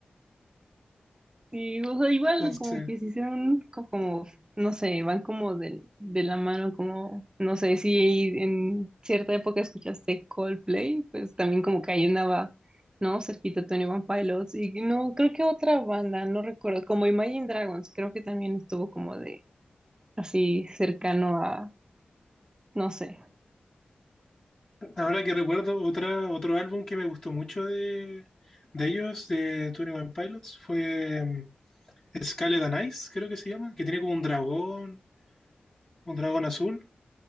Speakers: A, on the right; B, on the left.
A: Sí, o sea, igual
B: Entonces,
A: como que si se hicieron co- como, no sé, van como de, de la mano, como, no sé, si en cierta época escuchaste Coldplay, pues también como que ahí andaba, ¿no? Cerquita Tony One Pilots y no, creo que otra banda, no recuerdo, como Imagine Dragons, creo que también estuvo como de así cercano a, no sé.
B: ahora que recuerdo otra, otro álbum que me gustó mucho de, de ellos, de Twenty One Pilots, fue mm, Scarlet and Ice, creo que se llama, que tiene como un dragón, un dragón azul.